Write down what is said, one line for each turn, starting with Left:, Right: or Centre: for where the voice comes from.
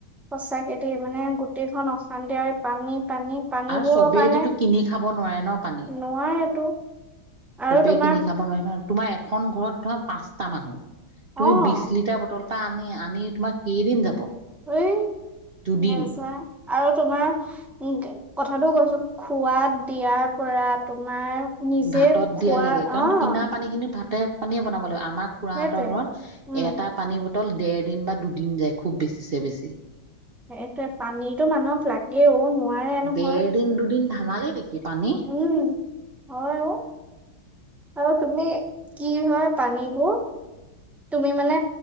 Centre: সঁচাকে দেই, মানে গোটেইখন অশান্তি <inaudible> পানী। পানীবোৰৰ
Right: আৰু চবেইটো
Centre: কাৰণে
Right: কিনি খাব নোৱাৰে ন পানী।
Centre: নোৱাৰেতো
Right: চবেই
Centre: আৰু তোমাৰ
Right: কিনি খাব নোৱাৰে নহয়। তোমাৰ এখন ঘৰত ধৰা পাঁচটা মানুহ।
Centre: অ',
Right: তুমি বিশ লিটাৰ বটল। এটা আনি আনি তোমাৰ কেইদিন যাব?
Centre: এই
Right: দুদিন
Centre: নেজাই। আৰু তোমাৰ উ কথাটো কৈছো খোৱাত। দিয়াৰ পৰা তোমাৰ। নিজে
Right: ভাতত
Centre: খোৱা
Right: দিয়া লেকে, কাৰণ
Centre: অ',
Right: কিনা পানী খিনি ভাত তে পানীয়ে বনাব লাগিব <inaudible> আমাৰ খুৰাহঁতৰ
Centre: সেইটোৱে,
Right: ঘৰত,
Centre: উম,
Right: এটা পানী ব। টল ডেৰ দিন বা দুদিন যায়, খুব বেছিছে বেছি।
Centre: সেইটোৱেই পানীতো মানুহক লাগেও। নোৱাৰে
Right: <unintelligible>
Centre: নহয়।
Right: ধেমালি নিকি? কি পানী?
Centre: উম হয় অ আৰু তুমি কি হয়, ‌ পানীবোৰ তুমি মানে